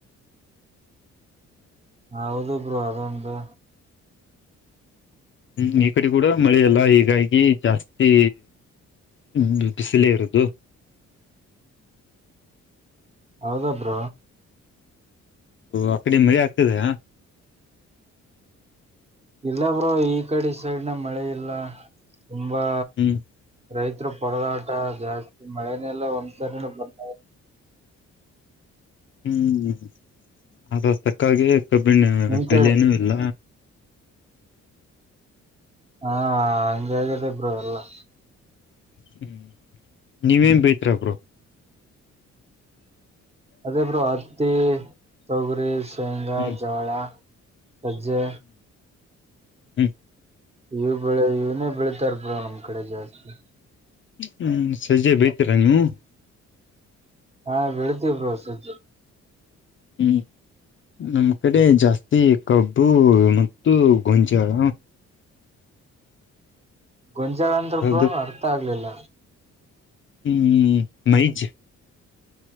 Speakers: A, on the right; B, on the left.
A: ಹೌದು ಬ್ರೋ ಅದೊಂದು
B: ಹ್ಮ್ ಈ ಕಡೆ ಕೂಡ ಮಳೆಲ್ಲ ಹೀಗಾಗಿ ಜಾಸ್ತಿ ್ಮ ಬಿಸಿಲೇ ಇರುದು
A: ಹೌದಬ್ರ
B: ಆ ಕಡೆ ಮರಿ ಆಗ್ತದೆ
A: ಇಲ್ಲ ಬ್ರೋ ಈ ಕಡೆ ಸೈಡ್ನ ಮಳೆ ಇಲ್ಲ ತುಂಬಾ
B: ಹ್ಮ್
A: ರೈತರು ಪೊರದಾಟ ಜಾಸ್ತಿ ಮಳೆನೆೆಲ್ಲ ಒಂದ್ಸರಿನ ಬರ್
B: ಹ್ಮ್ ಅದ ತಕ್ಕಾಗ ಕಬ್ಬಿನ
A: ನಿಮ್ ಕಡೆ
B: ಬೆಲನು ಇಲ್ಲ.
A: ಹಾ ಹಂಗಾಗದೆ ಬ್ರೋ ಎಲ್ಲಾ.
B: ಹ್ಮ್ ನೀವೇನ್ ಬೆಳಿತಿರ ಬ್ರೋ?
A: ಅದೇ ಬ್ರೋ ಹತ್ತಿ, ತೊಗರಿ, ಶೇಂಗಾ,
B: ಹ್ಮ್
A: ಜೋಳ. ಸಜ್ಜೆ
B: ಹ್ಮ
A: ಇವು ಬೆಳಿ ಇವನ್ನೇ ಬೆಳತಾರ ಬ್ರೋ ನಮ್ ಕಡೆ ಜಾಸ್ತಿ.
B: ಹ್ಮ್ ಸಜ್ಜೆ ಬಡ್ತೀರಾ ನೀವು?
A: ಹಾ ಬೆಳತಿೀ್ರೋಸಜ
B: ಹ್ಮ್ ನಮ್ ಕಡೆ ಜಾಸ್ತಿ ಕಬ್ಬು ಮತ್ತು ಗೊಂಜಾಳ
A: ಗೊಂಜಾಳಂದ್ರ ಬ್ರೋ
B: ಅದಕ್
A: ಅರ್ಥ ಆಗ್ಲಿಲ್ಲ.
B: ಹ್ಮ್ ಮೈಜ್